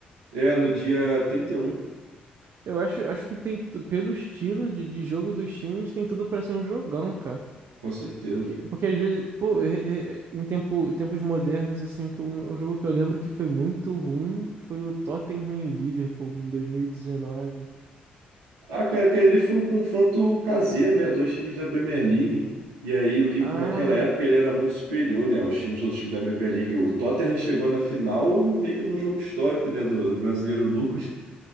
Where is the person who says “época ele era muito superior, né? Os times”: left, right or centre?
Right